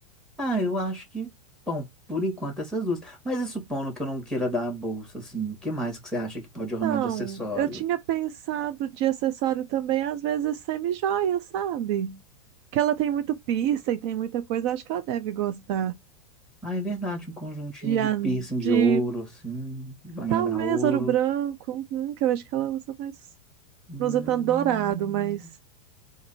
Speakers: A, in the centre; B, on the right.
A: ah, eu acho que, bom, por enquanto essas duas. Mas e supondo que eu não queira dar a bolsa, assim, o que mais que você acha que pode ornar
B: Então,
A: de acessório?
B: eu tinha pensado de acessório também, às vezes semi-joia, sabe? Que ela tem muito pista e tem muita coisa, acho que ela deve gostar.
A: Ah, é verdade, um conjuntinho
B: De,
A: de
B: an-
A: piercing de
B: de
A: ouro, assim, banhada
B: Talvez
A: a ouro.
B: ouro branco, uhum, que eu acho que ela usa mais.
A: Hum,
B: Não usa tanto dourado, mas.